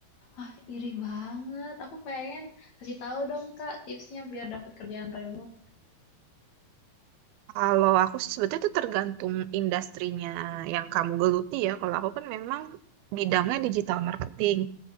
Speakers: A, on the left; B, on the right.
A: Ah, iri banget. Aku pengen kasih tahu dong, Kak, tipsnya biar dapat kerjaan remote.
B: Kalau aku sih sebetulnya itu tergantung industrinya yang kamu geluti ya. Kalau aku kan memang bidangnya digital marketing.